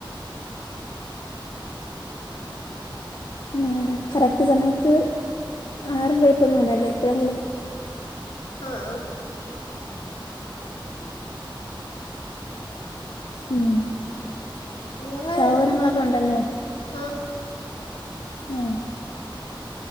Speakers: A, on the left; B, on the left.
A: പിന്നെ വേറെ കറക്റ്റ് സമയത്ത് ആരം കഴിപ്പൊന്നും ല്ലലേ എപ്പോഴെങ്കിലും.
B: ആഹ് ആഹ്.
A: ഉം.
B: നിങ്ങള്
A: സഹോദരങ്ങളൊക്കെ ഉണ്ടല്ലേ?
B: ആഹ്
A: ഏഹ്.